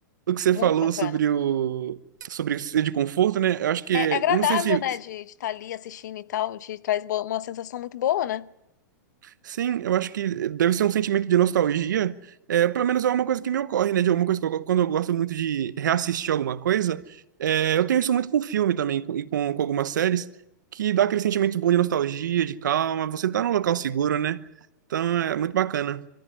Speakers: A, on the right; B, on the left.
A: o que você
B: Muito
A: falou
B: bacana.
A: sobre o sobre ser de conforto, né? Eu acho que,
B: É, é agradável,
A: não sei se
B: né, de estar ali assistindo e tal, te traz bo- uma sensação muito boa, né?
A: Sim, eu acho que deve ser um sentimento de nostalgia. É, pelo menos é uma coisa que me ocorre, né? De alguma coisa que eu- quando eu gosto muito de reassistir alguma coisa, é, eu tenho isso muito com filme também com- e com, com algumas séries, que dá aquele sentimento bom de nostalgia, de calma. Você tá num local seguro, né? Então é muito bacana.